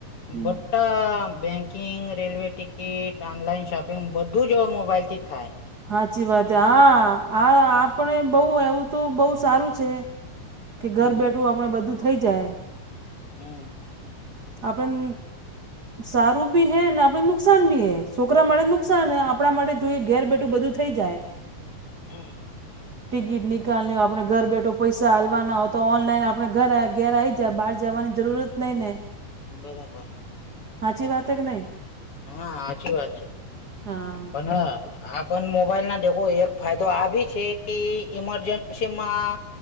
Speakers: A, on the right; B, on the left.
A: હમ
B: બટા banking railway ticket online shopping બધું જ હવે મોબાઈલથી થાય.
A: હાચી વાત હા આ આપણે બહ એવું તો બહુ સારું છે. કે ઘર
B: હમ
A: બેઠું આપણે બધું થઈ જાય.
B: હમ્મ.
A: આપડન સારું બી હૈ ને આપને નુકસાન બી હૈ છોકરા માટે નુકસાન
B: હમ
A: હે આપ આપણા માટે જોઈએ ઘેર બેઠું બધું થઈ જાય.
B: હમ્મ.
A: ટિકિટ નીકાલની આપડે ઘર બેઠો પૈસા હાલવાના હો તો ઓનલાઈન આપડે ઘર ઘેર આઈ ત્યાં બહાર જવાની જરૂર જ નહીં ને
B: બરાબર.
A: હાજી વાત હે કે નહી?
B: હા સાચી વાત છે
A: હા
B: પણ હ આપણ મોબાઈલ ના એક ફાયદો આ ભી છે કે ઈમરજન્સી માં